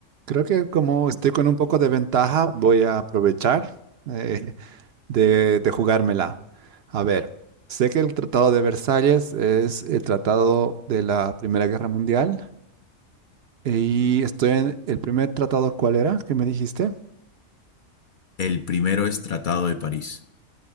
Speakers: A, on the right; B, on the left.
A: Creo que como estoy con un poco de ventaja, voy a aprovechar eh, de, de jugármela. A ver, sé que el Tratado de Versalles es el tratado de la Primera Guerra Mundial y estoy en el primer tratado, ¿cuál era? ¿Qué me dijiste?
B: El primero es Tratado de París.